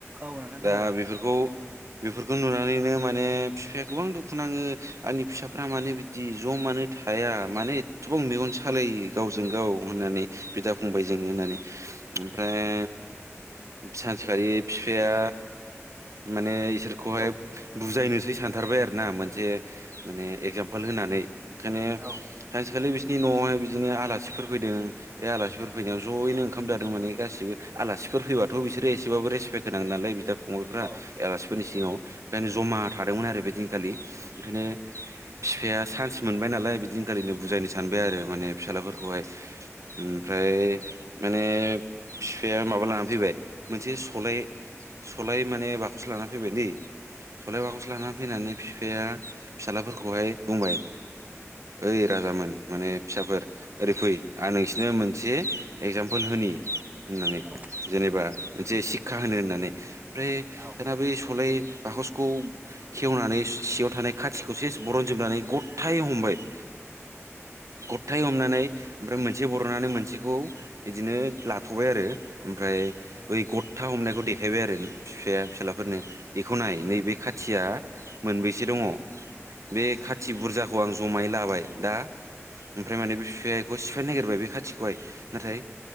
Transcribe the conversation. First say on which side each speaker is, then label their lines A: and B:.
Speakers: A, on the right (about 35°); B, on the right (about 75°).
A: औ नोंथां खोनादों
B: दा बेफोरखौ बेफोरखौ नुनानैनो माने फिफाया गोबां दुखु नाङो आंनि फिसाफ्रा मानो बिदि ज' मानो थाया मानो एथबां मेगन सालायो गावजों गाव होननानै बिदा फंबायजोंनो होननानै। ओमफ्राय सानसेखालि फिफाया माने इसोरखौहाय
A: औ
B: बुजायनोसै सानथारबाय आरो ना मोनसे माने एगजामपोल होनानै ओंखायनो
A: औ
B: सानसेखालि बिसिनि न'आवहाय बिदिनो आलासिफोर फैदों। बे आलासिफोर फैनायाव ज'यैनो ओंखाम जादों माने गासिबो आलासिफोर फैबा थ' बिसोरो एसेबाबो रेसपेक्ट होनांगोन नालाय बिदा फंबायफ्रा
A: औ
B: आलासिफोरनि सिगाङाव ओंखायनो जमा थादोंमोन आरो बेदिनखालि ओंखायनो फिफाया चान्स मोनबाय नालाय बिदिनखालिनो बुजायनो सानबाय आरो माने फिसालाफोरखौहाय। ओमफ्राय माने फिफाया माबा लानानै फैबाय। मोनसे सलाय सलाय माने बाखस लाना फैबाय दे। सलाय बाखस लानानै फैनानै फिफाया फिसालाफोरखौहाय बुंबाय ओइ राजामोन माने फिसाफोर ओरै फै आं नोंसिनो मोनसे एगजामपोल होनि होननानै
A: औ
B: जेनेबा मोनसे सिख्खा होनो होननानै ओमफ्राय
A: औ
B: दाना बै सलाय बाखसखौ खेवनानै सिङाव थानाय खाथिखौ सेस बरनजोबनानै गथायै हमबाय। गथायै हमनानै ओमफ्राय मोनसे बरननानै मोनसेखौ इदिनो लाथ'बाय आरो ओमफ्राय
A: औ
B: बै गथा हमनायखौ देखायबाय आरो फिफाया फिसालाफोरनो बेखौ नाय
A: औ
B: नैबे खाथिया मोनबैसे दङ बे खाथि बुरजाखौ आं जमायै लाबाय दा ओमफ्राय माने बे बिफायखौ सिफायनो नागिरबाय बे खाथिखौहाय नाथाय